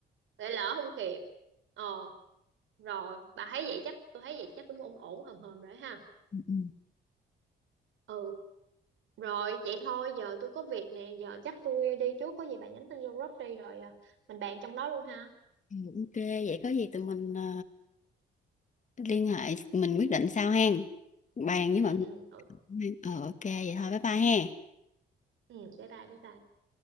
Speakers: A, on the right; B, on the left.
A: để lỡ không kịp. Ờ rồi bà thấy vậy chắc tôi thấy vậy chắc cũng ổn ổn hòm hòm rồi ha
B: Ừ, ừ.
A: ừ rồi vậy thôi giờ tôi có việc nè giờ chắc tôi đi trước có gì bà nhắn tin vô group đi rồi à, mình bàn trong đó luôn ha
B: Ừ, ok vậy có gì tụi mình ờ, liên hệ mình quyết định sau hen bàn với
A: ừ
B: mọi
A: ừ ừ
B: người ờ ok vậy thôi bye bye he
A: ừ, bye bye bye bye